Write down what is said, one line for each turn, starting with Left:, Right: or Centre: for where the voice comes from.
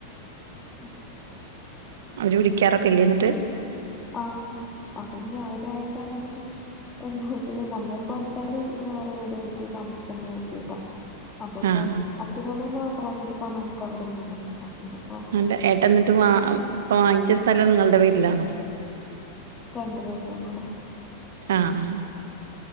Left: ഉം
Right: അവര് വിളിക്കാറൊക്കെ ഇല്ലേ എന്നിട്ട്
Left: ആഹ് പിന്നെ അവരായിട്ട് അങ്ങനെ അതില്ലേ നമ്മളിപ്പോ എന്തായാലും വേറെ വീട് എടുത്തി താമസിക്കണന്ന് കരുത്തീട്ടാ അപ്പ ഇപ്പോ
Right: ആഹ് ആഹ്
Left: അച്ഛനും അമ്മയും മാത്രമാണെങ്കി ഇപ്പ നമുക്ക് അവരെ നോക്കി നിക്കാ
Right: അല്ല ഏട്ടന്നിട്ട് വാ ഇപ്പൊ വാങ്ങിച്ച സ്ഥലം നിങ്ങൾടെ പേരിലാണോ
Left: രണ്ടു പേരുടെേയും കൂടെ
Right: ആഹ് ആഹ്